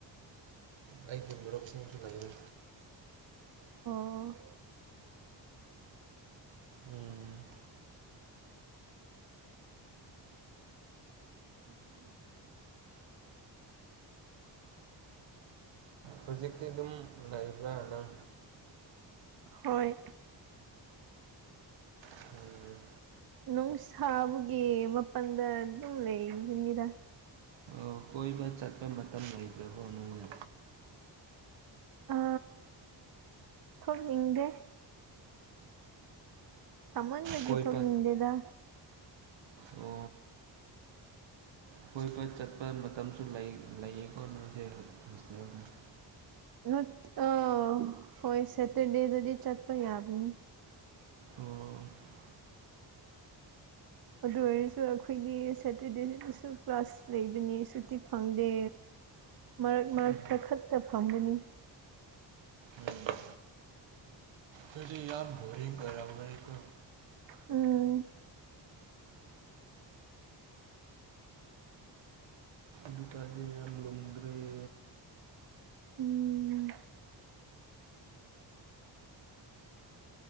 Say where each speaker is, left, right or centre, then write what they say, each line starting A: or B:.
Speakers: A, on the right; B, on the right.
A: ꯑꯩꯒꯤ ꯃꯔꯨꯞꯁꯤꯡꯁꯨ ꯂꯩꯌꯦ
B: ꯑꯣ
A: ꯎꯝ
B: ꯎꯝ
A: ꯍꯧꯖꯤꯛꯇꯤ ꯑꯗꯨꯝ ꯂꯩꯕ꯭ꯔꯥ ꯅꯪ
B: ꯍꯣꯏ
A: ꯎꯝ
B: ꯅꯨꯡ ꯁꯥꯥꯕꯒꯤ ꯃꯄꯥꯟꯗ ꯑꯗꯨꯝ ꯂꯩꯕꯅꯤꯗ꯫
A: ꯑꯣ ꯀꯣꯏꯕ ꯆꯠꯄ ꯃꯇꯝ ꯂꯩꯗ꯭ꯔꯕꯣ ꯅꯣꯏꯗ
B: ꯑ ꯊꯣꯛꯅꯤꯡꯗꯦ ꯁꯥꯃꯟꯕꯒꯤ
A: ꯀꯣꯏꯕ
B: ꯊꯣꯛꯅꯤꯡꯗꯦꯗ
A: ꯑꯣ ꯀꯣꯏꯕ ꯆꯠꯄ ꯃꯇꯝꯁꯨ ꯂꯩ ꯂꯩꯌꯦꯀꯣ ꯅꯣꯏꯁꯦ ꯍꯣꯁꯇꯦꯜꯁꯦ꯫
B: ꯅꯠ ꯑ ꯍꯣꯏ ꯁꯦꯇꯔꯗꯦꯗꯗꯤ ꯆꯠꯄ ꯌꯥꯕꯅꯤ꯫
A: ꯑꯣ ꯍꯧꯖꯤꯛ
B: ꯑꯗꯨ ꯑꯣꯏꯔꯁꯨ ꯑꯩꯈꯣꯏꯗꯤ ꯁꯦꯇꯔꯗꯦꯁꯤꯗꯁꯨ ꯀ꯭ꯂꯥꯁ ꯂꯩꯕꯅꯤ ꯁꯨꯇꯤ ꯐꯪꯗꯦ꯫ ꯃꯔꯛ ꯃꯔꯛꯇ
A: ꯎꯝ
B: ꯈꯠꯇ ꯐꯪꯕꯅꯤ꯫
A: ꯎꯝ ꯑꯗꯨꯗꯤ ꯌꯥꯝ ꯕꯣꯔꯤꯡ ꯑꯣꯏꯔꯝꯒꯅꯤꯀꯣ꯫
B: ꯎꯝ
A: ꯑꯗꯨꯇꯥꯔꯗꯤ ꯌꯥꯝ <unintelligible>
B: ꯎꯝ